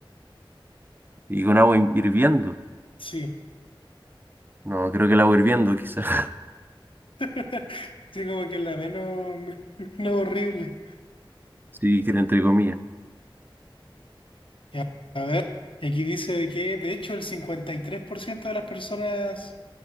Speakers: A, on the right; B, on the left.
A: Y con agua hin- hirviendo.
B: Sí,
A: No, creo que el agua hirviendo, quizás. <laughs>
B: <laughs> sí, como que la menos, <laughs> menos horrible.
A: Sí, que era entre comillas.
B: Ya, a ver, aquí dice de que de hecho el 53% de las personas